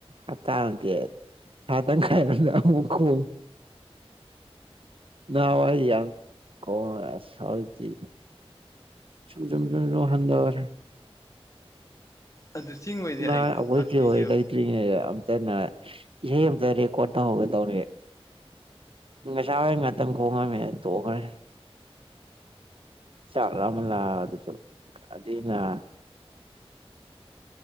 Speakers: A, on the right; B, on the left.
A: ꯍꯞꯇ ꯑꯝꯗꯤ ꯊꯥ ꯇꯪꯈꯥꯏ <unintelligible> ꯅꯍꯋꯥꯏ ꯌꯥꯝ ꯀꯧ <unintelligible> ꯑꯁ ꯍꯖꯤꯛꯇꯤ ꯁꯨꯝ ꯖꯨꯝ ꯖꯨꯝ ꯖꯨꯝ ꯍꯟꯗꯒ꯭ꯔꯦ
B: ꯑꯗꯨ ꯆꯤꯡꯕꯩꯗꯤ
A: ꯅ
B: ꯑꯩ
A: ꯑꯩꯈꯣꯏ
B: ꯇꯥꯛꯄꯤꯒꯦꯕ
A: ꯆꯦ ꯍꯣꯏ ꯂꯩꯇꯔꯤꯉꯩꯗ ꯑ ꯗꯅ ꯏꯁꯩ ꯑꯝꯇ ꯔꯦꯀꯣꯔꯠ ꯇꯧꯍꯧꯒꯦ ꯇꯧꯅꯦ ꯉꯁꯥꯏ ꯉꯥꯛꯇꯪ ꯀꯣꯝꯃꯝꯃꯦ ꯇꯣꯛꯈ꯭ꯔꯦ ꯆꯥꯛ ꯂꯥꯝꯃꯜꯂꯗꯨꯁꯨ ꯀꯗꯤ ꯅ